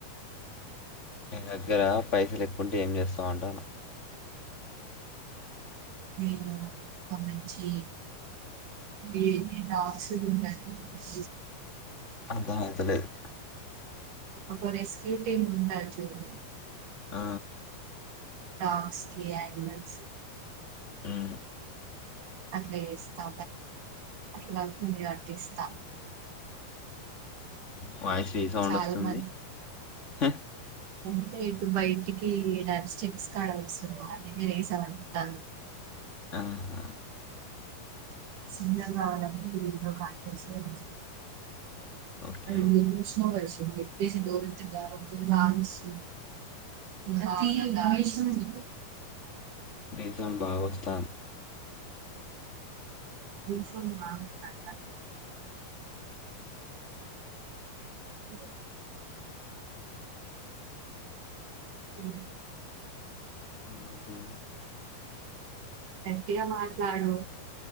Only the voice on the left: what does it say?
నీ దగ్గర పైసలు ఎక్కుంటే ఏం చేస్తావ్ అంటాన
అర్ధమైత లేద్
ఆ
ఉమ్
వాయిస్ ఏ సౌండ్
వస్తుంది
హ్
ఆహా
ఓకే
ఓకే
రేపు గాని భాగస్తాన
సిగ్నల్ పోతాంది